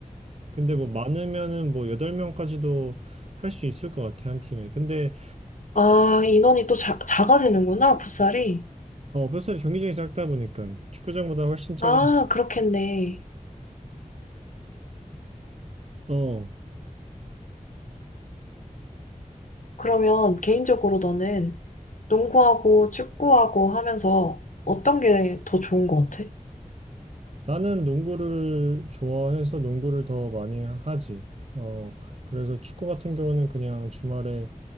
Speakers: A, on the right; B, on the left.
A: 근데 뭐 많으면은 뭐 8명까지도 할 수 있을 것 같아 한 팀에. 근데
B: 아, 인원이 또 자, 작아지는구나, 풋살이.
A: 어, 풋살이 경기장이 작다 보니까 축구장보다 훨씬 작은
B: 아, 그렇겠네.
A: 어
B: 그러면 개인적으로 너는 농구하고 축구하고 하면서 어떤 게 더 좋은 것 같아?
A: 나는 농구를 좋아해서 농구를 더 많이 하지. 어, 그래서 축구 같은 경우는 그냥 주말에